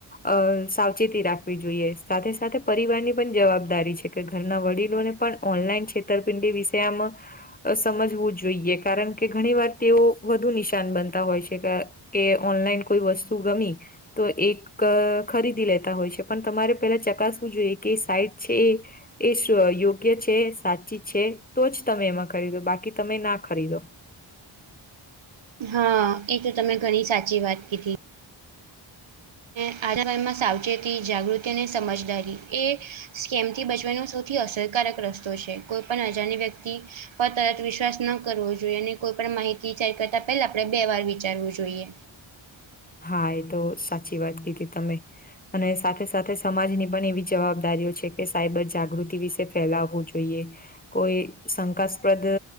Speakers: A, on the left; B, on the right.
A: અ સાવચેતી રાખવી જોઈએ સાથે સાથે પરિવારની પણ જવાબદારી છે કે ઘરના વડીલોને પણ ઓનલાઈન છેતરપિંડી વિષય આમ અ સમજવું જોઈએ કારણ કે ઘણી વાર તેઓ વધુ નિશાન બનતા હોય છે કે કે ઓનલાઈન કોઈ વસ્તુ ગમી તો એક અ ખરીદી લેતા હોય છે પણ તમારે પેલા ચકાસવું જોઈએ કે સાઈટ છે એ એ યોગ્ય છે સાચી છે તો જ તમે એમાં ખરીદો બાકી તમે ના ખરીદો.
B: હા એ તો તમે ઘણી સાચી વાત કીધી. ને આજ સમયમાં સાવચેતી જાગૃતિ અને સમજદારી એ સ્કેમથી બચવાનો સૌથી અસરકારક રસ્તો છે કોઈ પણ અજાણી વ્યક્તિ પણ તરત વિશ્વાસ ન કરવો જોઈએ અને કોઈ પણ માહિતી શેર કરતા પહેલા આપણે બે વાર વિચારવું જોઈએ.
A: હા એ તો સાચી વાત કીધી તમે. અને સાથે સાથે સમાજની પણ એવી જવાબદારીઓ છે કે સાયબર જાગૃતિ વિશે ફેલાવવું જોઈએ. કોઈ શંકાસ્પદ